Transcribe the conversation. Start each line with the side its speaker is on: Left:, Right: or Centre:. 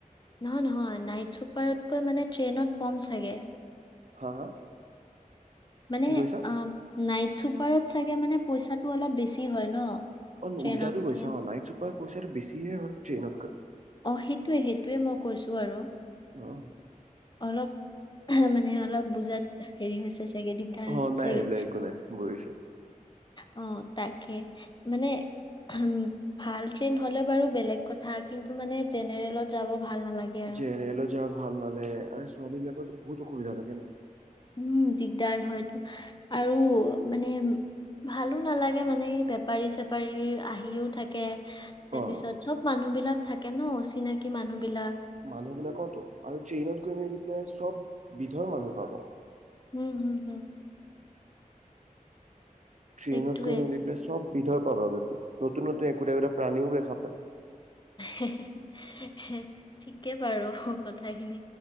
Left: নহয় নহয় নাইট চুপাৰতকৈ মানে ট্ৰেইনত কম চাগে
Right: হা হা
Left: মানে
Right: কি কৈছা?
Left: অ নাইট চুপাৰত চাগে মানে পইচাটো অলপ বেছি হয় ন
Right: অ
Left: ট্ৰেইনতকে
Right: উল্টাতো গৈছা অ নাইট চোপাৰ অ পইছাটো বেছি হে হয় ট্ৰেইনতকে
Left: অঁ সেইটোৱে সেইটোৱে মই কৈছোঁ আৰু
Right: অহ
Left: অলপ মানে অলপ বুজাত হেৰি হৈছে চাগে <unintelligible> দিগদাৰ
Right: অ
Left: হৈছে
Right: নাই
Left: চাগে
Right: এইবিলাক একো নাই বুজিছো।
Left: অ তাকে মানে উ ভাল ট্ৰেইন হ'লে বাৰু বেলেগ কথা কিন্তু ত মানে জেনেৰেলত যাব ভাল নালাগে আৰু
Right: যে ৰেলত যোৱা ভাল নালাগে আৰু ছোৱালী বিলাকোতো বহুত অসুবিধা থাকে না
Left: উম দিগদাৰ হয়তো আৰু মানে ভালো নালাগে মানে বেপাৰী চেপাৰী আহিও থাকে তাৰ
Right: অ।
Left: পিছত চব মানুহ বিলাক থাকে ন অচিনাকি মানুহ বিলাক
Right: মানুহ বিলাকতো আৰু ট্ৰেইনত গৈ মেলি পেলাই চব বিধৰ মানুহ পাবা
Left: উম হম হম
Right: ট্ৰেইনত
Left: সেইটোৱে
Right: গই মেলিটো চব বিধয় পাব নতুন নতুন একোটা একোটা প্ৰাণীও দেখা পায়
Left: হে হে হে ঠিকে বাৰু কথা খিনি